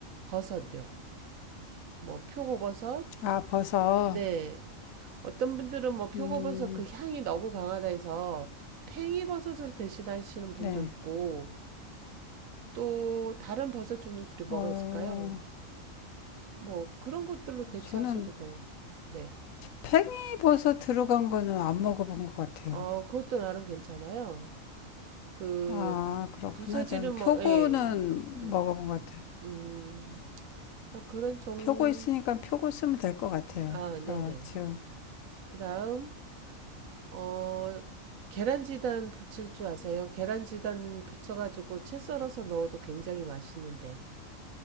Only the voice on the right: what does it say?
버섯요. 뭐 표고버섯,
네, 어떤 분들은 뭐 표고버섯
그 향이 너무 강하다 해서 팽이버섯으로 대신하시는 분도
있고 또 다른 버섯 종류들이 뭐가
있을까요? 뭐 그런 것들로 대체하셔도
돼요. 네.
어, 그것도 나름 괜찮아요. 그
부서지는
뭐
예. 음.
음. 그런 종
아,
네네.
그다음 어 계란지단 부칠 줄 아세요? 계란지단 부쳐가지고 채 썰어서 넣어도 굉장히 맛있는데.